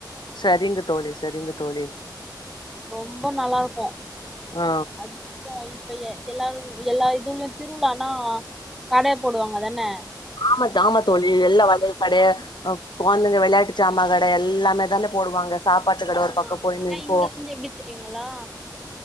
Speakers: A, on the left (about 80°); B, in the centre.
A: சரிங்க தோழி சரிங்க தோழி
B: ரொம்ப நல்லா இருக்கும்
A: ஆ
B: அதுக்கப்றோ இப்ப எல்லாரும் எல்லா இதுலயும் திருவிழானா கடை போடுவாங்க தானே
A: ஆமா த் ஆமா தோழி எல்லா வளையல் கட
B: ஆ
A: கொழந்தைங்க வெளையாட்டு சாமகடை எல்லாமே தானே போடுவாங்க சாப்பாட்டு கட
B: ஆ
A: ஒரு பக்கம் போயின்னு
B: ஆனா
A: இருக்கு
B: இங்க வந்து எப்டி தெரிங்களா